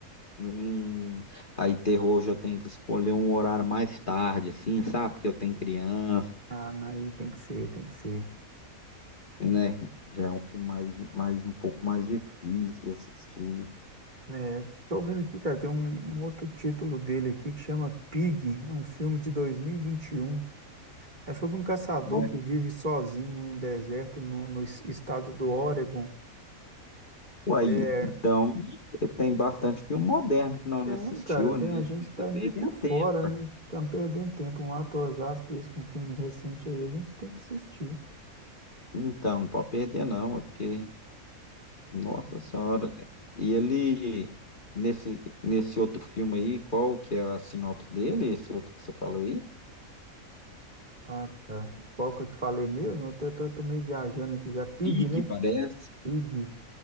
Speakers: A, on the left (about 40°); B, on the right (about 35°).
A: Hum, aí, terror, hoje eu tenho que escolher um horário mais tarde, assim, sabe? Porque eu tenho criança,
B: Ah, não, aí tem que ser, tem que ser.
A: né? Já é um filme mais, mais um pouco mais difícil de assistir.
B: É, tô ouvindo aqui, cara, tem um, um outro título dele aqui que chama Pig, é um filme de 2021. É sobre um caçador
A: Mas,
B: que vive sozinho num deserto no, no es- estado do Oregon.
A: Uai,
B: É,
A: então, tem bastante filme moderno que nós
B: tem,
A: não assistiu,
B: cara, tem.
A: né?
B: A gente
A: E
B: tá
A: Tá
B: meio
A: perdendo
B: por fora,
A: tempo.
B: né? Estamos perdendo tempo. Um atorzaço desse com um filme recente aí, a gente tem que assistir.
A: Então, não pode perder não, é porque, nossa senhora. E ele, nesse, nesse outro filme aí, qual que é a sinopse dele, esse outro que você falou aí?
B: Ah, tá. Qual que eu te falei mesmo? Eu tô, tô- tô meio viajando aqui já. Pig,
A: Pig,
B: né?
A: parece.
B: Pig.